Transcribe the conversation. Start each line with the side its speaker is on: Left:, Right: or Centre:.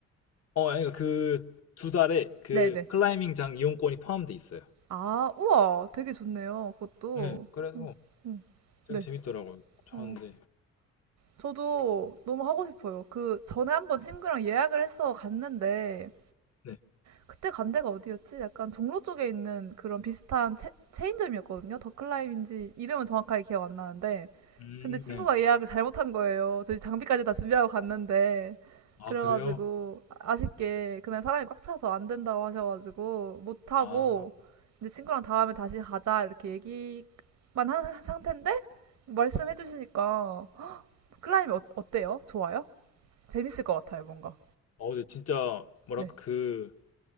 Left: 어, 아니 그두 달에 그
Right: 네네.
Left: 클라이밍장 이용권이 포함돼 있어요.
Right: 아, 우와. 되게 좋네요. 그것도.
Left: 네, 그래서
Right: 음, 음,
Left: 되게
Right: 네.
Left: 재밌더라고요.
Right: 어,
Left: 하는데
Right: 저도 너무 하고 싶어요. 그 전에 한번 친구랑 예약을 해서 갔는데,
Left: 네,
Right: 그때 간 데가 어디였지? 약간 종로 쪽에 있는 그런 비슷한 체, 체인점이었거든요. 더클라임인지 이름은 정확하게 기억 안 나는데.
Left: 음,
Right: 근데 친구가
Left: 네,
Right: 예약을 잘못한 거예요. 저희 장비까지 다 준비하고 갔는데.
Left: 아
Right: 그래가지고
Left: 그래요?
Right: 아쉽게 그날 사람이 꽉 차서 안 된다고 하셔가지고 못 하고
Left: 아,
Right: 이제 친구랑 다음에 다시 가자 이렇게 얘기만 한 상태인데 말씀해 주시니까 클라임이 어, 어때요? 좋아요? 재밌을 것 같아요, 뭔가.
Left: 어, 근데 진짜 뭐랄까
Right: 네.
Left: 그